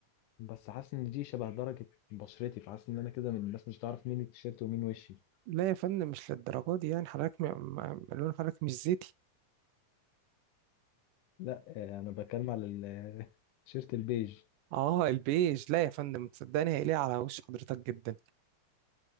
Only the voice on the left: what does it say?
بس حاسس ان دي شبه درجه بشرتي فحاسس ان انا كده من الناس مش هتعرف مين التيشيرت ومين وشي
لا آه، انا بتكلم على ال- <laughs> التيشيرت البيج